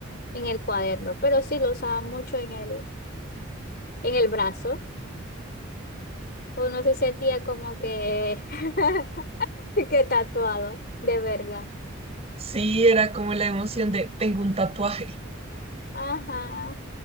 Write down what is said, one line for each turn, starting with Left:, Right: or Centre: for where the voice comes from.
Left: en el cuaderno. Pero sí lo usaba mucho en el, en el brazo. Uno se sentía como que <laughs> <laughs> Qué tatuado, de verdad.
Right: Sí, era como la emoción de tengo un tatuaje.
Left: Ajá.